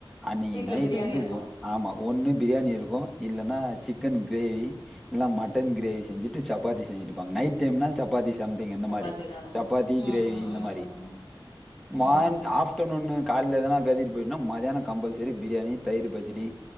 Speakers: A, in the centre; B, on the left.
A: அ நீங்க
B: வீட்ல
A: நைட்
B: பிரியாணி
A: வந்து
B: இருக்கும்
A: ஆமா ஒண்ணு பிரியாணி இருக்கு இல்லன்னா சிக்கன் க்ரேவி இல்லனா மட்டன் க்ரேவி
B: ம்,
A: செஞ்சுட்டு சப்பாத்தி செஞ்சுட்ருப்பாங்க நைட் டைம்னா சப்பாத்தி சம்திங் இந்த
B: சப்பாத்தி
A: மாரி
B: தான் இருக்கும்
A: சப்பாத்தி
B: ம்
A: கிரேவி
B: ம்
A: இந்த
B: ம்
A: மாரி
B: ம் ம்
A: மார் ஆப்டர்நூனு கால்ல எதனா கதிட்டு போய்டனா மத்தியானோ கம்பல்சரி பிரியாணி தயிர் பச்சிடி